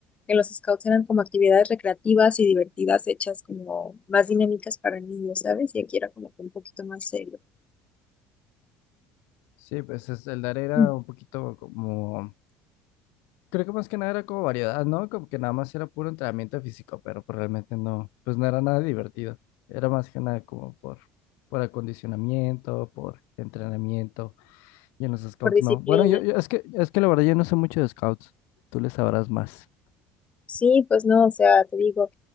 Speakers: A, on the left; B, on the left.
A: que los scouts eran como actividades recreativas y divertidas hechas como más dinámicas para niños, ¿sabes? Y aquí era como que un poquito más serio.
B: Sí, pues es- el Dare era
A: Mm.
B: un poquito como. Creo que más que nada era como variedad, ¿no? Como que nada más era puro entrenamiento físico, pero pues realmente no, pues no era nada divertido. Era más que nada como por, por acondicionamiento, por entrenamiento. Y en los scouts
A: Por disciplina.
B: no. Bueno, yo, yo- es que, es que la verdad yo no sé mucho de scouts. Tú le sabrás más.
A: Sí, pues no, o sea, te digo,